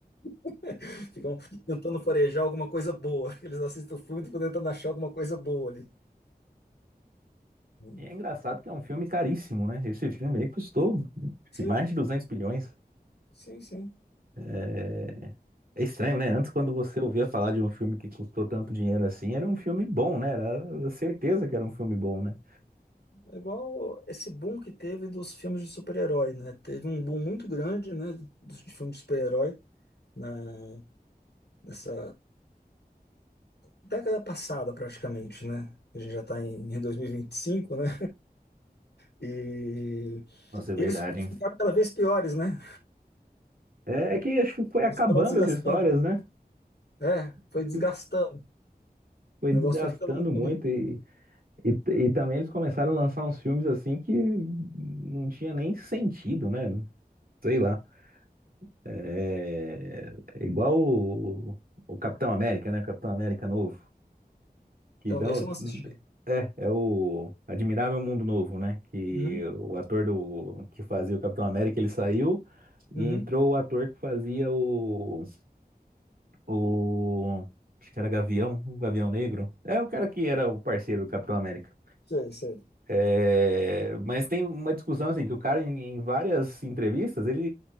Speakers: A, on the left (about 85°); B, on the right (about 65°).
A: <laughs> Ficam tentando farejar alguma coisa boa. <laughs> Eles assistem o filme e ficam tentando achar alguma coisa boa ali. Hum.
B: E é engraçado que é um filme caríssimo, né? Esse filme aí custou
A: Sim,
B: mais de 200 bilhões.
A: sim, sim.
B: É... é estranho, né? Antes, quando você ouvia falar de um filme que custou tanto dinheiro assim, era um filme bom, né? Era certeza que era um filme bom, né?
A: É igual esse boom que teve dos filmes de super-herói, né? Teve um boom muito grande, né, dos de filmes de super-herói na nessa década passada, praticamente, né? A gente já está em 2025, né? E
B: Nossa, é verdade,
A: e eles ficaram
B: hein?
A: cada vez piores, né?
B: É é que acho que foi acabando
A: Eles foram desgastando.
B: as histórias, né?
A: É, foi
B: Acho
A: desgastando.
B: que foi
A: O
B: desgastando
A: negócio foi ficando muito
B: muito
A: ruim.
B: e, e, e também eles começaram a lançar uns filmes assim que não tinha nem sentido, né? Sei lá. É, é igual o, o Capitão América, né? O Capitão América novo. Que
A: Então,
B: dão,
A: esse eu não assisti.
B: é, é o Admirável Mundo Novo, né? Que
A: Uhum.
B: o ator do, que fazia o Capitão América, ele saiu
A: Uhum.
B: e entrou o ator que fazia o, o, acho que era Gavião, o Gavião Negro. É o cara que era o parceiro do Capitão América.
A: Sei, sei.
B: É, mas tem uma discussão assim, que o cara em, em várias entrevistas, ele,